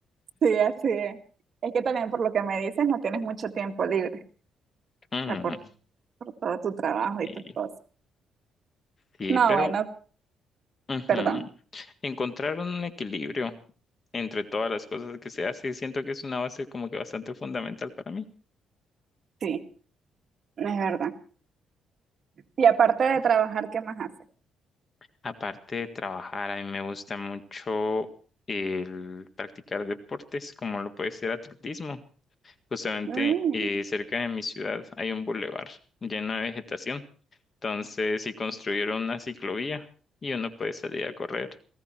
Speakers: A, on the right; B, on the left.
A: Sí, así es. Es que también por lo que me dices, no tienes mucho tiempo libre.
B: Mm,
A: O sea, por, por todo tu trabajo
B: sí,
A: y tus cosas.
B: sí,
A: No,
B: pero
A: bueno,
B: ujú,
A: perdón.
B: encontrar un equilibrio entre todas las cosas que se hace, siento que es una base como que bastante fundamental para mí.
A: Sí, es verdad. Y aparte de trabajar, ¿qué más haces?
B: Aparte de trabajar, a mí me gusta mucho el practicar deportes, como lo puede ser atletismo. Justamente
A: Mm,
B: eh, cerca de mi ciudad hay un bulevar lleno de vegetación. Entonces, si construyeron una ciclovía y uno puede salir a correr.